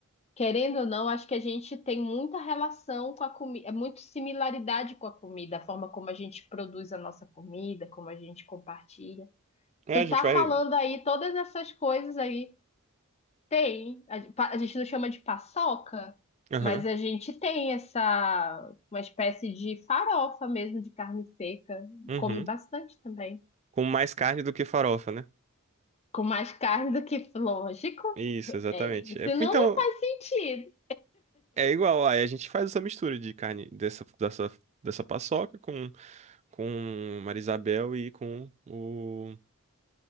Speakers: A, on the left; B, on the right.
A: Querendo ou não, acho que a gente tem muita relação com a comida, é muito similaridade com a comida, a forma como a gente produz a nossa comida, como a gente compartilha.
B: É,
A: Tu
B: a gente
A: tá
B: vai.
A: falando aí todas essas coisas aí, tem. A, pa- a gente não chama de paçoca,
B: Aham.
A: mas a gente tem essa, uma espécie de farofa mesmo de carne seca.
B: Uhum.
A: Come bastante também.
B: Com mais carne do que farofa, né?
A: Com mais carne do que, lógico.
B: Isso, exatamente.
A: É,
B: É,
A: senão
B: então,
A: não faz sentido.
B: é igual. Aí a gente faz essa mistura de carne dessa, dessa, dessa paçoca com, com Marisabel e com o,